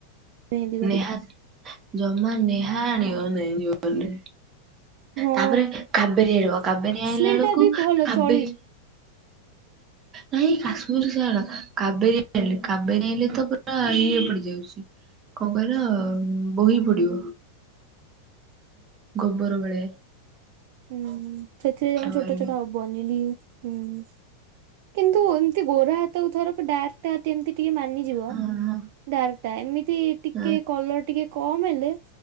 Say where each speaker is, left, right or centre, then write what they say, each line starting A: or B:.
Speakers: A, on the right; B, on the right.
A: ମେହେନ୍ଦି କରିକି
B: ନେହା ଜମା ନେହା ଆଣିବ ନାହିଁ ଜୀବନରେ।
A: ହଁ
B: ତାପରେ କାବେରୀ ଆଣିବ କାବେରୀ
A: କାଶ୍ମୀର
B: ଆଣିଲା ବେଳକୁ
A: ଟା ବି ଭଲ
B: କାବେରୀ
A: ଚଳିବ।
B: ନାଇଁ କାଶ୍ମୀର ଛାଡ କାବେରୀ ଆଣିଲି କାବେରୀ ଆଣିଲେ ତ ପୁରା ଇଏ ପଡିଯାଉଛି। କଣ କହିଲ ବୋହି ପଡିବ। ଗୋବର ବେଳେ।
A: ହୁଁ ସେଥିପାଇଁ ଜମା ଛୋଟ
B: ବାହାରିବ।
A: ଛୋଟ ହବ। ବନିଲି ହୁଁ କିନ୍ତୁ ଏମତି ଗୋରା ହାତକୁ ଥରକ ଡାର୍କ ଟା କେମିତି ଟିକେ ମାନିଯିବ
B: ହଁ ହଁ
A: ଡାର୍କ ଟା ଏମିତି ଟିକେ
B: ହଁ
A: କଲର ଟିକେ କମ୍ ହେଲେ